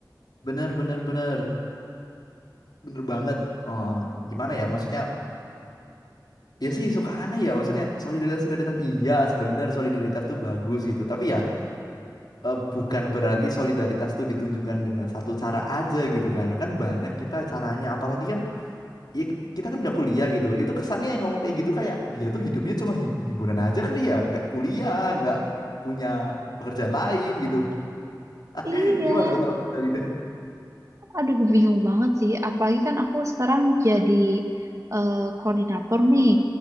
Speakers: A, on the left (about 65°); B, on the right (about 45°).
A: Bener bener bener bener banget. Oh, gimana ya? Maksudnya? Ya sih suka aneh ya maksudnya solidaritas solidaritas iya sebenarnya solidaritas tuh bagus gitu tapi ya eh, bukan berarti solidaritas tuh ditunjukkan dengan satu cara aja gitu kan kan banyak kita caranya apalagi kan ya kita kan udah kuliah gitu itu kesannya yang ngomong kayak gitu kayak dia tuh hidupnya cuma him- himpunan aja kali ya nggak kuliah nggak punya pekerjaan lain gitu
B: Iya.
A: <laughs> gimana tuh kalau dari
B: Aduh, bingung banget sih. Apalagi kan aku sekarang jadi eh, koordinator nih.